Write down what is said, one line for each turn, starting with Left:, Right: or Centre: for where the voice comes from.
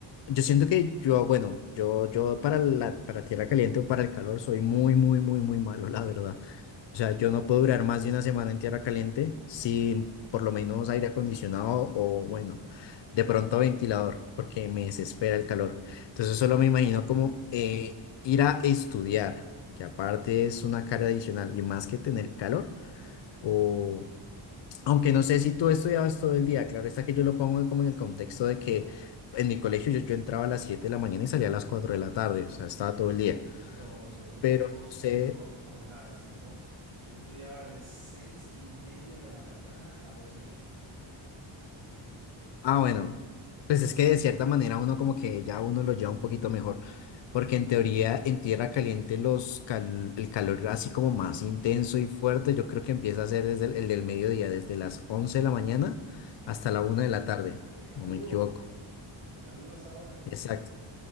Left: Yo siento que yo, bueno, yo, yo para la, para tierra caliente o para el calor soy muy, muy, muy, muy malo, la verdad. O sea, yo no puedo durar más de una semana en tierra caliente sin por lo menos aire acondicionado o, bueno, de pronto ventilador, porque me desespera el calor. Entonces solo me imagino como eh, ir a estudiar, que aparte es una carga adicional y más que tener calor.
Right: Mm.
Left: O, aunque no sé si tú estudiabas todo el día, claro está que yo lo pongo como en el contexto de que en mi colegio yo, yo entraba a las 7 de la mañana y salía a las 4 de la tarde, o sea, estaba
Right: Mm,
Left: todo el día.
Right: No, nosotros
Left: Pero
Right: teníamos
Left: no sé,
Right: unas jor- jornadas, teníamos, yo estudiaba de seis y media de la mañana a doce y media en ese entonces.
Left: ah, bueno, pues es que de cierta manera uno como que ya uno lo lleva un poquito mejor, porque en teoría en tierra caliente los cal- el calor así como más intenso y fuerte, yo creo que empieza a ser desde el, el del mediodía, desde las 11 de la mañana
Right: Sí,
Left: hasta la una de la tarde,
Right: pega
Left: no
Right: duro,
Left: me equivoco.
Right: pega duro a esa hora.
Left: Exacto.